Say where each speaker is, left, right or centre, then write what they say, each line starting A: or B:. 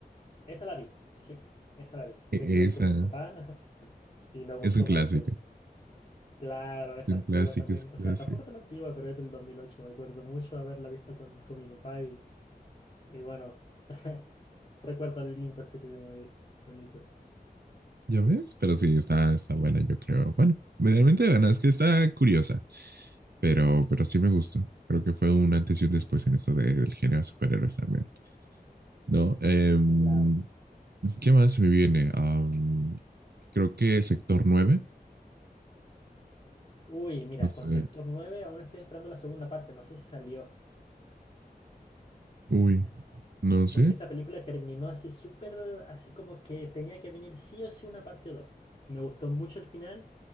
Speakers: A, on the left; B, on the right.
A: Esa la vi, sí, esa la vi.
B: E-
A: De hecho la vi
B: Esa
A: con mi papá <laughs> y nos gustó
B: es un clásico.
A: mucho. Claro,
B: Es
A: es
B: un
A: antigua
B: clásico,
A: también.
B: es
A: O
B: un
A: sea,
B: clásico.
A: tampoco tan antigua, pero es del dos mil ocho, Me acuerdo mucho haberla visto con, con mi papá y, y bueno, <laughs> recuerdos lindos que tuvimos ahí. Bonito.
B: ¿Ya ves? Pero sí, está, está buena, yo creo. Bueno, medianamente buena, es que está curiosa, pero, pero sí me gustó. Creo que fue un antes y un después en esto de- del género de superhéroes también. No, Em,
A: Claro.
B: ¿qué más se me viene? Am, creo que Sector Nueve,
A: Uy, mira,
B: no sé.
A: con Sector nueve, aún estoy esperando la segunda parte. No sé si salió.
B: Uy, no sé.
A: Porque esa película terminó así súper, así como que tenía que venir sí o sí una parte dos Me gustó mucho el final.